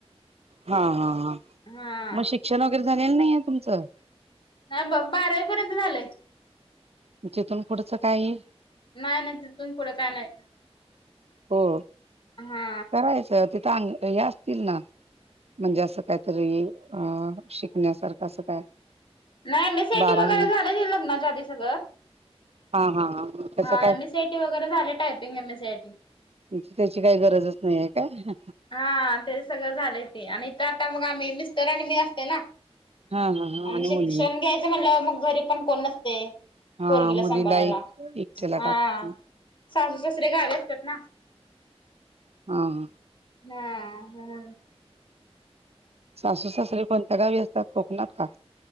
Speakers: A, on the right; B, on the left.
A: हां हां हां.
B: हा.
A: शिक्षण वगैरे झालेलं नाही ये तुमचं.
B: नाही बारावी पर्यंत झाले.
A: मग तिथून पुढचं काही.
B: नाही नाही तिथून पुढं काय नाही.
A: हो.
B: हा.
A: राहायचं तिथं अ हे असतील ना. म्हणजे असं कायतरी अ शिकण्यासारखं असं काय.
B: नाही नाही M S C I
A: बारावी
B: T वगैरे
A: नंतर
B: झालंय लग्नाच्या आधी सगळं.
A: हा हा हा. त्याच
B: हा
A: काय
B: एम एसआयटी वगैरे झाले. Typing M SIT.
A: म्हणजे त्याची काही गरजच नाहीये काय?
B: हां आणि त्याचं सगळं झालंय ते आणि इथं आता मग आम्ही मिस्टर आणि मी असतोय ना
A: हा हा हा
B: आणि शिक्षण
A: मुलगी
B: घ्यायचं म्हटल्यावर मग घरी पण कोण नसतंय.
A: हा
B: पोरगीला
A: मुलीला
B: सांभाळायला
A: एक एकट्याला
B: हां
A: टाकते
B: सासू सासरे गावी असत्यात ना.
A: हां हां.
B: हां म्हणून.
A: सासू सासरे कोणत्या गावी असतात कोकणात का?